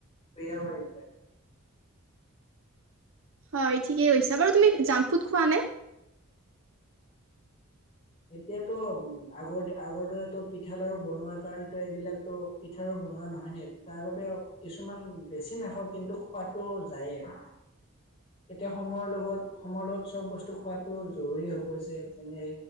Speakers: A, on the left (about 25°); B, on the right (about 65°).
A: বেয়াও হয় এইবিলাক।
B: হয়, ঠিকে কৈছা, বাৰু তুমি জাংক ফুড খোৱা নে?
A: এতিয়াতো আগৰ আগৰ দৰেটো পিঠা লাড়ু বনোৱাৰ কাৰণেতো এইবিলাকতো পিঠা বনোৱা নহয় নে, তাৰ বাবেও কিছুমান বেছি নাখাওঁ, কিন্তু খোৱাটো যায়ে। <inaudible> এতিয়া সময়ৰ লগত সময়ৰ লগত চব বস্তু খোৱাটো জৰুৰী হৈ পৰিছে, এনে